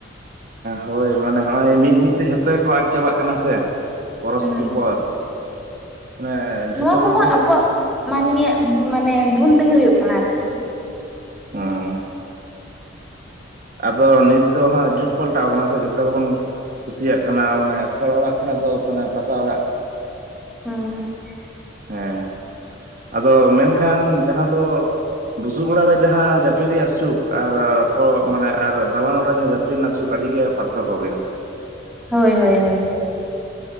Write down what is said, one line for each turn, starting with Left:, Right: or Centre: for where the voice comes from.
Right: ᱦᱳᱭ ᱢᱟᱱᱮ ᱦᱚᱜᱼᱚᱭ ᱢᱤᱫ ᱢᱤᱫ ᱛᱮ ᱡᱷᱚᱛᱚ ᱜᱮᱠᱚ ᱟᱴ ᱪᱟᱵᱟᱜ ᱠᱟᱱᱟ ᱥᱮ ᱯᱚᱨᱚᱥᱠᱤ
Centre: ᱦᱩᱸ
Right: ᱯᱚᱨ ᱢᱟᱱᱮ
Centre: ᱱᱚᱣᱟ
Right: ᱡᱷᱚᱛᱚ
Centre: ᱠᱚᱦᱚᱸ
Right: ᱵᱚᱞᱛᱮ
Centre: ᱟᱵᱚᱣᱟᱜ ᱢᱟᱹᱱᱢᱤᱭᱟᱜ ᱢᱟᱱᱮ ᱵᱷᱩᱞ ᱛᱮᱜᱮ ᱦᱩᱭᱩᱜ ᱠᱟᱱᱟ ᱟᱨᱠᱤ
Right: ᱦᱚᱸ ᱟᱫᱚ ᱱᱤᱛ ᱫᱚ ᱦᱟᱸᱜ ᱡᱩᱜᱽ ᱯᱟᱞᱴᱟᱣ ᱠᱟᱱᱟ ᱥᱮ ᱡᱷᱚᱛᱚ ᱜᱮᱵᱚᱱ ᱠᱩᱥᱤᱭᱟᱜ ᱠᱟᱱᱟ ᱢᱟᱱᱮ ᱠᱷᱚᱲ ᱚᱲᱟᱜ ᱠᱷᱚᱱᱟᱜ ᱫᱚ ᱢᱟᱱᱮ ᱯᱟᱠᱟ ᱚᱲᱟᱜ
Centre: ᱦᱩᱸ
Right: ᱦᱮᱸ ᱟᱫᱚ ᱢᱮᱱᱠᱷᱟᱱ ᱡᱟᱦᱟᱸ ᱫᱚ ᱵᱩᱥᱩᱵ ᱚᱲᱟᱜ ᱨᱮ ᱡᱟᱦᱟᱸ ᱡᱟᱹᱯᱤᱫ ᱨᱮᱭᱟᱜ ᱥᱩᱠ ᱟᱨ ᱠᱷ ᱢᱟᱱᱮ ᱟᱨ ᱫᱟᱞᱟᱱ ᱚᱲᱟᱜ ᱨᱮ ᱡᱟᱦᱟᱸ ᱡᱟᱹᱯ ᱯᱩᱥᱤ ᱱᱟᱜ ᱥᱩᱠᱷ ᱟᱹᱰᱤ ᱜᱮ ᱯᱟᱨᱛᱷᱚᱠᱚ ᱜᱮᱭᱟ
Centre: ᱦᱚᱭ ᱦᱚᱭ ᱦᱚᱭ